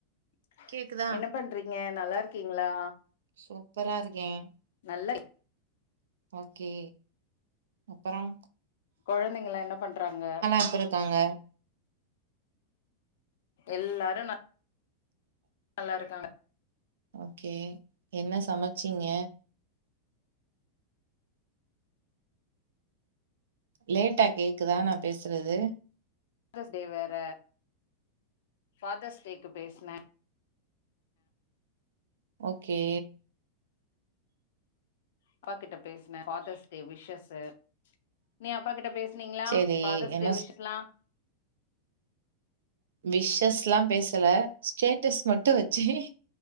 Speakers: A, on the left (about 55°); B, on the right (about 60°).
A: <inaudible>
B: கேக்குதா
A: என்ன பண்றீங்க நல்லாருக்கீங்களா
B: சூப்பரா இருக்கேன்
A: நல்ல
B: ஓகே அப்பறம்
A: கொழந்தைங்கலாம் என்ன பண்றாங்க
B: எப்ப இருக்காங்க
A: எல்லாரும் ந நல்லாருக்காங்க
B: ஓகே என்ன சமைச்சீங்க லேட்டா கேக்குதா நா பேசுறது
A: தர்ஸ் டே வேற ஃபாதர்ஸ் டேக்கு பேசினே
B: ஓகே
A: அப்பா கிட்ட பேசுனே ஃபாதர்ஸ் டே விஷ்சஸு நீ அப்பா கிட்ட பேசுனீங்களா
B: செரி
A: ஃபாதர்ஸ்
B: என்ன
A: டே விஷ்லாம்
B: விஷ்ஸல்லாம் பேசல ஸ்டேட்டஸ் மட்டு வச்சேன்